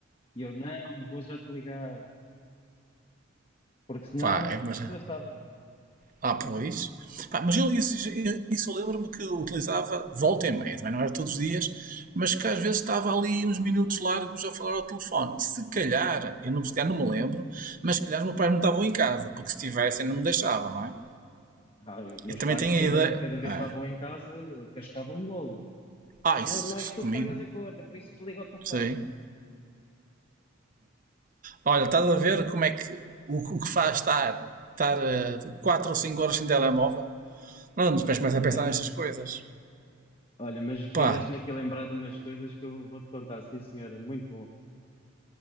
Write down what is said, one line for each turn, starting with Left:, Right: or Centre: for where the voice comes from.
Left: E eu: Não, vou já te ligar, porque senão
Right: pá, é, mas
Left: gastava.
Right: Ah, pois. Pá, mas eu, isso, isso eu lembro-me que eu utilizava de volta e meia, também não era todos os dias, mas que às vezes estava ali uns minutos largos a falar ao telefone. Se calhar, eu não, se calhar não me lembro, mas se calhar os meus pais não estavam em casa, porque se estivessem não me deixavam, não é?
Left: Ah, os meus
Right: Eu também
Left: pais,
Right: tenho
Left: cada,
Right: a ideia.
Left: cada vez
Right: Ah,
Left: que estavam em casa, cascavam-me logo:
Right: ah isso,
Left: Não, não és
Right: isso
Left: tu
Right: comigo,
Left: que pagas a conta, por isso desliga o telefone.
Right: sei. Olha, estás a ver como é que o, o que faz estar, estar 4 ou cinco horas sem telemóvel? Não, mas depois começa a pensar
Left: Epá,
Right: nestas coisas.
Left: olha, mas fizeste-me
Right: Pá,
Left: aqui lembrar de umas coisas que eu vou-te contar, sim senhora, muito bom,